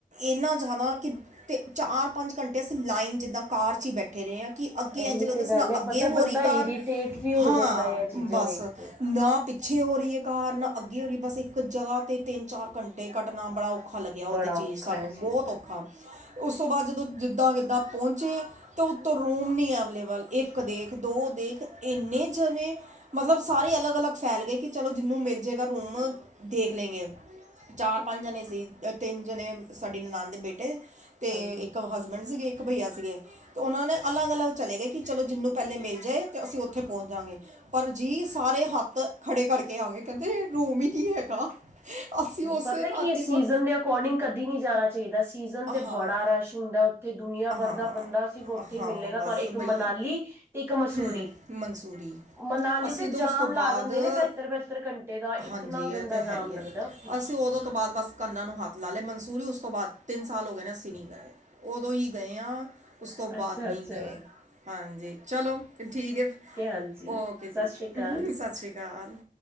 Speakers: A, on the right; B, on the right.
A: ਇੰਨਾ ਜ਼ਿਆਦਾ ਕਿ, ਤੇ ਚਾਰ ਪੰਜ ਘੰਟੇ ਅਸੀਂ ਲਾਈਨ ਜਿੱਦਾਂ ਕਾਰ ਚ ਹੀ ਬੈਠੇ ਰਹੇ ਹਾਂ ਕਿ ਅੱਗੇ
B: ਇਹੀ
A: ਏੰਜ ਲਗਦਾ
B: ਤੇ
A: ਸੀ
B: ਗੱਲ
A: ਨਾ
B: ਹੈ
A: ਅੱਗੇ
B: ਪਤਾ
A: ਹੋ
B: ਬੰਦਾ
A: ਰੀ ਕਾਰ,
B: ਇਰੀਟੇਟ ਵੀ ਹੋ
A: ਹਾਂ
B: ਜਾਂਦਾ ਹੈ ਇਹ ਚੀਜ਼ਾਂ
A: ਬਸ,
B: ਵੇਖ ਕੇ
A: ਨਾ ਪੀਛੇ ਹੋ ਰਹੀ ਏ ਕਾਰ, ਨ ਅੱਗੇ ਹੋ ਰਹੀ ਏ, ਬਸ ਇੱਕ ਜ੍ਹਗਾ ਤੇ ਤਿੰਨ ਚਾਰ ਘੰਟੇ ਕੱਡਨਾ ਬੜਾ ਔ ਔਖਾ ਲੱਗਿਆ ਉਹ
B: ਬੜਾ
A: ਤੇ ਚੀਜ਼
B: ਔਖਾ
A: ਸਾਨੂੰ
B: ਹੈ ਫਿਰ
A: ਬਹੁਤ ਔਖਾ, ਉਸ ਤੋਂ ਬਾਅਦ ਜਦੋਂ ਜਿੱਦਾਂ ਕਿਦਾਂ ਪਹੁੰਚੇ ਤੇ ਉੱਤੋਂ ਰੂਮ ਨੀ ਅਵੇਲੇਬਲ ਇੱਕ ਦੇਖ, ਦੋ ਦੇਖ, ਏਨੇ ਜਨੇ ਮਤਲਬ ਸਾਰੇ ਅਲੱਗ ਅਲੱਗ ਫੈਲ ਗਏ ਕਿ ਚਲੋ ਜਿਹਨੂੰ ਮਿਲ ਜੇਗਾ ਰੂਮ ਦੇਖ ਲੈਂਗੇ ਚਾਰ ਪੰਜ ਜਨੇ ਸੀ, ਤਿੰਨ ਜਨੇ ਸਾਡੀ ਨਨਾਨ ਦੇ ਬੇਟੇ ਤੇ
B: ਹਾਂਜੀ
A: ਇੱਕ ਹਸਬ ਬੈਂਡ ਸੀਗੇ, ਇੱਕ ਭਈਆ ਸੀਗੇ ਤੇ ਉਹ ਨੇ ਅਲੱਗ ਅਲੱਗ ਚਲੇ ਗਏ ਕਿ ਚਲੋ ਜਿਹਨੂੰ ਪਹਿਲੇ ਮਿਲ ਜੇ, ਤੇ ਅਸੀਂ ਉੱਥੇ ਪਹੁੰਚ ਜਾਂਗੇ ਪਰ ਜੀ ਸਾਰੇ ਹੱਥ ਖੜੇ ਕਰਕੇ ਆ ਗੇ, ਕਹਿੰਦੇ ਰੂਮ ਹੀ ਨੀ ਹੈਗਾ ਅਸੀਂ ਉਸੇ
B: ਪਤਾ
A: ਰਾਤੀ
B: ਕੀ ਐ ਸੀਜਨ
A: ਬ
B: ਦੇ ਅਕੋਰਡਿੰਗ ਕਦੇ ਨੀ ਜਾਨਾ ਚਾਹੀਦਾ, ਸੀਜਨ ਤੇ
A: ਹਾਂ
B: ਬੜਾ ਰਸ਼ ਹੁੰਦਾ ਤੇ ਦੁਨੀਆਂ
A: ਹਾਂ
B: ਭਰ ਦਾ ਬੰਦਾ ਸਿਰਫ ਉੱਥੇ
A: ਹਾਂ
B: ਹੀ ਮਿਲੇਗਾ
A: ਬਸ
B: ਤੁਹਾ ਇੱਕ
A: ਬਈ
B: ਮਨਾਲੀ ਤੇ ਇੱਕ ਮਸੂਰੀ
A: ਹਮ, ਮਨਸੂਰੀ
B: ਮਨਾਲੀ
A: ਅਸੀਂ
B: ਤੇ
A: ਤਾਂ ਉਸ
B: ਜਾਮ
A: ਤੋਂ
B: ਲਾ
A: ਬਾਅਦ
B: ਦਿੰਦੇ ਨੇ ਬਿਹਤਰ ਬਹਤਰ ਘੰਟੇ ਦਾ
A: ਹਾਂਜੀ
B: ਇਤਨਾ
A: ਇਹ
B: ਗੰਦਾ
A: ਤੇ ਹੈ
B: ਜਾਮ
A: ਹੀ
B: ਲੱਗਦੇ
A: ਹੈ
B: ਉ
A: ਅਸੀਂ ਉਦੋਂ ਤੋਂ ਬਾਅਦ, ਬਸ ਕੰਨਾਂ ਨੂੰ ਹੱਥ ਲਾ ਲਏ ਮਨਸੂਰੀ ਉਸ ਤੋਂ ਬਾਅਦ ਤਿੰਨ ਸਾਲ ਹੋ ਗਏ ਨੇ ਅਸੀਂ ਨੀ ਉਦੋਂ ਹੀ ਗਏ ਆ ਉਸ ਤੋਂ
B: ਅੱਛਾ
A: ਬਾਅਦ ਨੀ
B: ਅੱਛਾ
A: ਗਏ ਹਾਂਜੀ, ਚਲੋ ਠੀਕ ਹੈ
B: ਹਾਂਜੀ
A: ਓਕੇ ਜੀ,
B: ਸਤਿ ਸ੍ਰੀ ਅਕਾਲ
A: ਸਸ ਸ੍ਰੀ ਕਾਲ